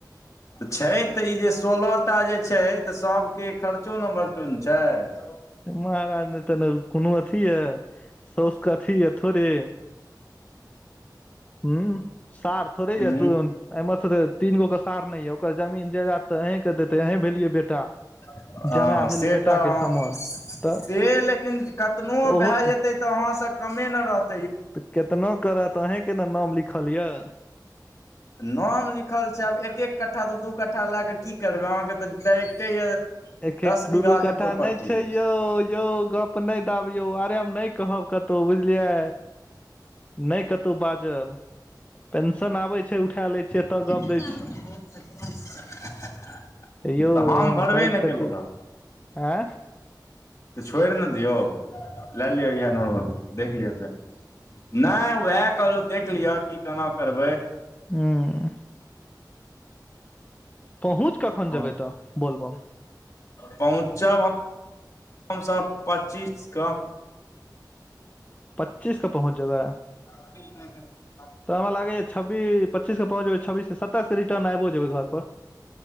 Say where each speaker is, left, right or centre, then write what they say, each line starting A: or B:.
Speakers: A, on the left; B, on the left.
A: तऽ छै तऽ ई जे सोलअ टा जे छै, तऽ सबके खर्चो न बरचो न छै?
B: महाराज नहि तऽ ने कोनो अथी यै? साउस के अथी यै थोड़े। उँ सार थोड़ेये
A: ह
B: दु ऐ मथुरे तीनगो के साड़ नहि यै। ओकर जमीन जायदाद तऽ अहींके देतै। अहीं भेलियै बेटा।
A: अं
B: जमाए भेलै
A: से
B: बेटाके
A: तऽ अं
B: समान तऽ
A: से लेकिन कतनो
B: ओहो
A: भेए जेतै तऽ अहाँसे कमे न रहत
B: तऽ केतनो करत अहींके ने नाम लिखल यऽ।
A: नाम लिखल छै। आब एक -एक कट्ठा, दू- दू कट्ठा लए कऽ की करबै। अहाँके तऽ डायरेक्टे यए।
B: एक एक,
A: दस
B: दू
A: बीघा
B: दू कट्ठा
A: के प्रॉपर्टी
B: नहि छै य यौ यौ गप नहि दाबियौ। अरे हम नै कहब कतौ बुझलियै। नै कतौ बाजब। पेंशन आबै छै उठा लै छियै
A: <unintelligible>
B: तऽ गप दै एयौ
A: तऽ हम
B: अहाँ
A: भरबे
B: बाजि
A: ने
B: सकै
A: केलहुँ रहए
B: छी। ऐँ
A: तऽ छोड़ि ने दियौ। लए लियअ इएह नॉर्मल देख लियौ एकरे नै उएह कहलहु, देख लिअ कि केना करबै।
B: हुं-उँ पहुँच कखैन
A: हम
B: जेबै तऽ बोलबम?
A: पहुँचब हम हम सब पच्चीस कऽ।
B: पच्चीस के पहुँच जेबैय?
A: <unintelligible>
B: तऽ हमरा लागैए छबी पच्चीस के पहुँच जेबै। छब्बीस सत्ताइस कऽ रिटर्न आइबो जेबै घर पर।